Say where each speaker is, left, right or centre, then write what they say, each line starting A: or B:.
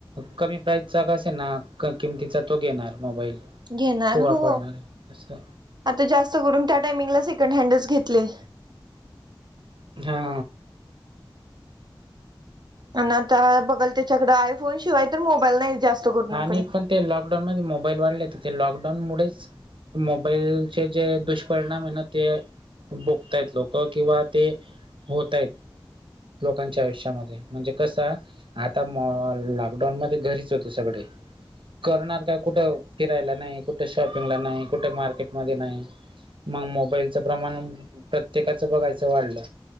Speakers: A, on the right; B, on the right.
A: कमी प्राईजचा का असना किमतीचा तो घेणार मोबाईल.
B: घेणार
A: तो वापरणार
B: हो.
A: आहे असं
B: आता जास्त करून, त्या टायमिंगला सेकंड हँडच घेतले.
A: हा.
B: आणि आता बघल त्याच्याकड आयफोन शिवाय तर मोबाईल नाही. जास्त कोणाकडे
A: आणि पण ते लॉकडाऊन मध्ये मोबाईल वाढले तर ते लॉकडाऊन मुळेच मोबाईलचे जे दुष्परिणाम आहे ना ते बोकतायत लोक किंवा ते होतायत. लोकांच्या आयुष्यामध्ये म्हणजे कसं आता म लॉकडाऊन मध्ये घरीच होते. ते सगळे. करणार का कुठं फिरायला नाही कुठे शॉपिंगला नाही कुठे मार्केटमध्ये नाही. मग मोबाईलचं प्रमाण प्रत्येकाचं बघायचं वाढलं.